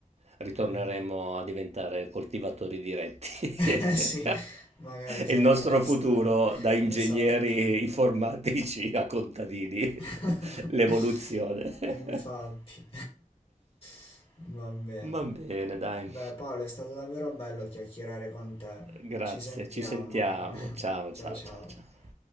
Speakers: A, on the right; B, on the left.
A: Ritorneremo
B: Mm.
A: a diventare coltivatori diretti. <laughs>
B: Eh sì, magari saremo
A: E il nostro
B: costretti.
A: futuro da ingegneri
B: Esatto.
A: informatici a contadini.
B: <laughs>
A: <laughs> L'evoluzione.
B: Infatti.
A: <laughs>
B: <laughs> Va bene.
A: Va bene dai.
B: Beh, Paolo, è stato davvero bello chiacchierare con te.
A: Grazie,
B: Ci sentiamo.
A: ci sentiamo. Ciao,
B: Ciao
A: ciao,
B: ciao.
A: ciao, ciao.